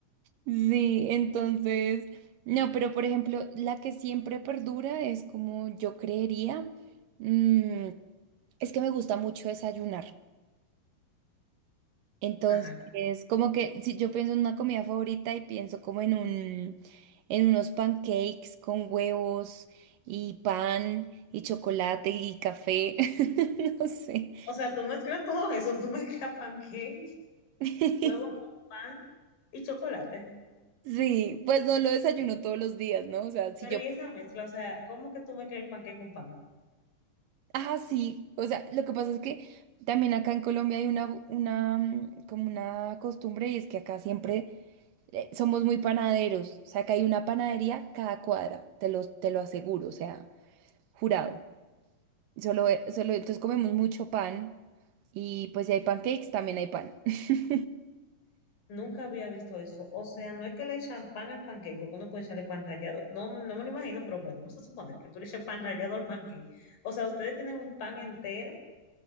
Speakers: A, on the right; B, on the left.
A: Sí, entonces, no, pero por ejemplo, la que siempre perdura es como yo creería. mm, es que me gusta mucho desayunar. Entonces,
B: Ajá.
A: como que si yo pienso en una comida favorita y pienso como en un, en unos pancakes con huevos y pan y chocolate y café, <laughs> no sé.
B: O sea, tú mezclas todo eso, tú mezclas pancake,
A: <laughs>
B: huevo con pan y chocolate.
A: Sí, pues no lo desayuno todos los días, ¿no? O sea, si
B: Pero
A: yo,
B: ¿y esa mezcla? O sea, ¿cómo que tú mezclas el pancake con pan?
A: ah, sí, o sea, lo que pasa es que también acá en Colombia hay una, una, mm, como una costumbre y es que acá siempre eh, somos muy panaderos, o sea, acá hay una panadería cada cuadra, te lo, te lo aseguro, o sea, jurado. Solo, eh, solo, entonces comemos mucho pan y pues si hay pancakes, también hay pan. <laughs>
B: Nunca había visto eso. O sea, no es que le echan pan al pancake, porque uno puede echarle pan rallado. No, no me lo imagino, pero bueno, vamos a suponer que tú le echas pan rallado al pancake. O sea, ustedes tienen un pan entero.